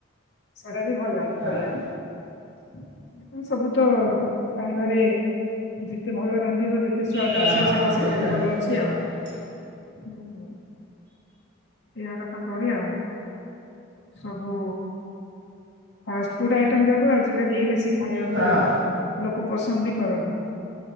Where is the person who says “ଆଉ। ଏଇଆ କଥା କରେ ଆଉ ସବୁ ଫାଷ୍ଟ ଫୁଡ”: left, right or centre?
Left